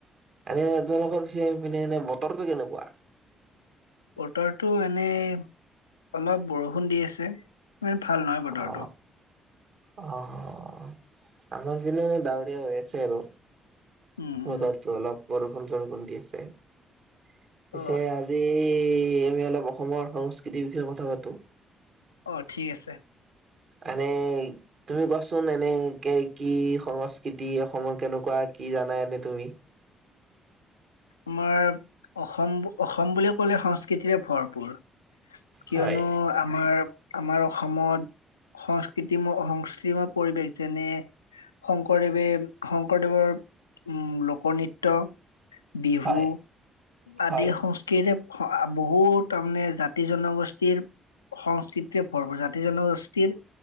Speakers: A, on the right; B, on the left.
A: এনে তোমালোকৰ পিছে পিনে এনে বতৰটো কেনেকুৱা?
B: বতৰটো এনেই অলপ বৰষুণ দি আছে, মানে ভাল নহয় বতৰটো।
A: অ অ', আমাৰ ফিলে ডাৱৰীয়া হৈ আছে আৰু।
B: উম
A: বতৰটো
B: উম
A: অলপ বৰষুণ-চৰষুণ দি আছে। পিছে
B: অ
A: আজ জি আমি অলপ অসমৰ সংস্কৃতিৰ বিষয়ে কথা পাতো।
B: অ', ঠিক আছে।
A: এনেই তুমি কোৱাচোন, এনেই কেই কি সংস্কৃতি, অসমৰ কেনেকুৱা কি জানা এনে তুমি?
B: আমাৰ অসম, অসম বুলি ক'লে সংস্কৃতিৰে ভৰপূৰ। কিয়নো
A: হয়
B: আ আমাৰ, আমাৰ অসমত সংস্কৃতিম, সংস্কৃতিময় পৰিৱেশ, যেনে শংকৰদেৱে, শংকৰদেৱৰ উম, লোক নৃত্য বিহু
A: হয়
B: আদি,
A: হয়
B: সংস্কৃ তিৰে আ, বহুত তাৰমানে জাতি জনগোষ্ঠীৰ সংস্কৃতিয়ে ভৰপূৰ। জাতি জনগোষ্ঠীৰ